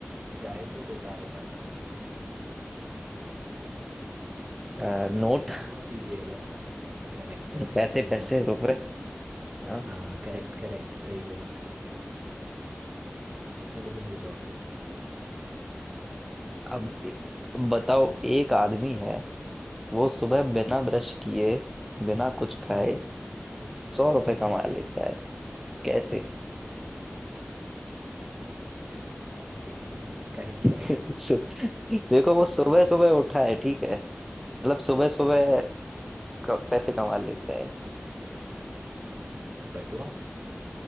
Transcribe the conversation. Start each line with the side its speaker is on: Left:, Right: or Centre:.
Right: जाए तो बेकार हो जाता है
Centre: अ, नोट
Right: बहुत इजी है भाई। करेक्ट भाई
Centre: पैसे
Right: नोट
Centre: पैसे रुपए हाँ
Right: हाँ करेक्ट करेक्ट सही बोला चलो तुम पूछो अब
Centre: अब बताओ एक आदमी है वो सुबह बिना
Right: ठीक
Centre: ब्रश किए बिना कुछ खाए सौ रुपए कमा लेता है कैसे
Right: है <laughs> ए भाई इसका हिंट
Centre: <laughs>
Right: है क्या कुछ
Centre: सु- देखो वो सुबह सुबह उठा है ठीक है मतलब सुबह सुबह क- पैसे कमा लेता है
Right: बटुआ